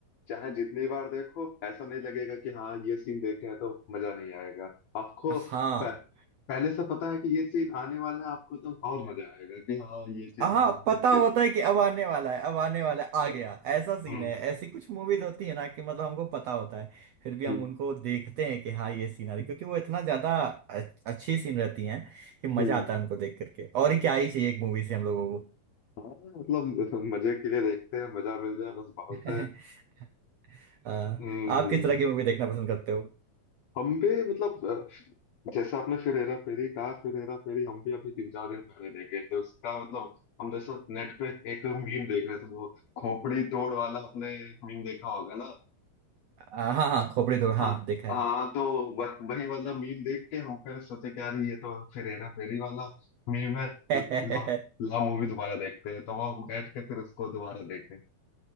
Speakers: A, on the left (about 55°); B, on the right (about 85°).
A: चाहे जितनी बार देखो ऐसा नहीं लगेगा कि हाँ ये सीन देखे हैं तो मजा नहीं आएगा आपको
B: हाँ
A: प- पहले से पता है कि ये सीन आने वाला है आपको तो और मजा आएगा कि हाँ ये चीज
B: हाँ
A: होगा
B: पता
A: वो
B: होता
A: चीज होगा
B: है कि अब आने वाला है अब आने वाला है आ गया ऐसा सीन
A: हम्म
B: है ऐसी कुछ मूवीज होती है ना कि मतलब हमको पता होता है फिर भी हम
A: हम्म
B: उनको देखते हैं कि हाँ ये सीन आ रही क्योंकि वो इतना ज्यादा अ- अच्छी सीन रहती हैं कि मजा
A: हम्म।
B: आता है उनको देख करके और ही क्या ही चाहिए एक मूवी से हम लोगों को
A: हाँ मतलब <laughs> मजे के लिए देखते हैं मजा मिल जाए बस बहुत
B: <laughs>
A: है
B: अ,
A: हम्म
B: आप किस तरह की मूवी देखना पसंद करते हो
A: हम भी मतलब जैसे आपने फिर हेरा फेरी कहा फिर हेरा फेरी हम भी अभी तीन चार दिन पहले देखे थे उसका मतलब हम जैसे नेट पे एक मीम देख रहे थे वो खोपड़ी तोड़ वाला आपने मीम देखा होगा ना
B: अ, हाँ हाँ खोपड़ी तो हाँ
A: हाँ
B: देखा
A: हाँ तो वह, वही वाला मीम देख के हम फिर सोचे कि यार ये तो फिर हेरा फेरी वाला मीम है
B: है
A: ला
B: <laughs>
A: ला मूवी दोबारा देखते हैं तो वो बैठ के फिर उसको दोबारा देखे